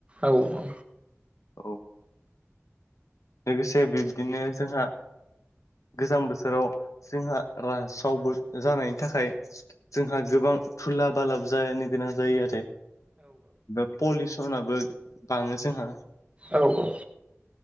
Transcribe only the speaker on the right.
औ औ
औ औ